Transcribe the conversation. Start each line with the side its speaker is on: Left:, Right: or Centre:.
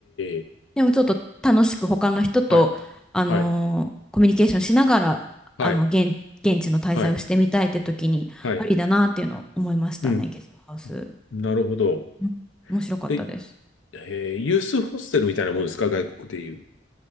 Left: え、
Centre: でもちょっと楽しく他の人と、
Left: はい、
Centre: あのーコミュニケーションしながら、
Left: はい、はい、
Centre: あの、現、現地の滞在をしてみたいって時に、
Left: はい、はい、
Centre: ありだなっていうのを思いましたね、
Left: うん、
Centre: ゲストハウス。
Left: なるほど。
Centre: うん面白かったです。
Left: で、えーユースホステルみたいなもんですか、外国でいう。